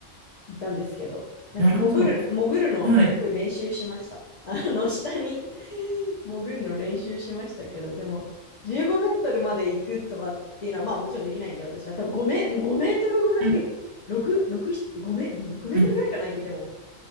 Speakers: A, on the left; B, on the right.
A: いたんですけど、なんか潜る、
B: なるほど。
A: 潜るのすごい練習しました。
B: はい。
A: あの、下に <laughs> 潜るの練習しましたけど、でも、15メートルまで行くとかっていうのは、まあもちろんできないんで、私は多分5メ、もうごメートルぐらい、
B: うん
A: 6、6、5メ、6メートルぐらいかな、
B: うん。
A: 行けても。